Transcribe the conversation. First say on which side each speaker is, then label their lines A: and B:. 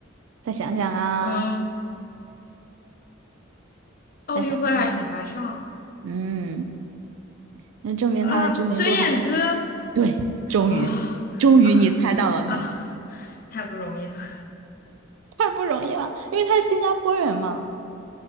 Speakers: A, on the right; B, on the left.
A: 再想想啊，
B: 嗯，奥运会还请他唱，
A: 再想想，嗯。那证明他的知名度还是很……
B: 呃，孙燕姿
A: 对，终于，
B: 啊
A: 终于你猜到了他，
B: 啊啊，太不容易了。
A: 太不容易了，因为他是新加坡人嘛。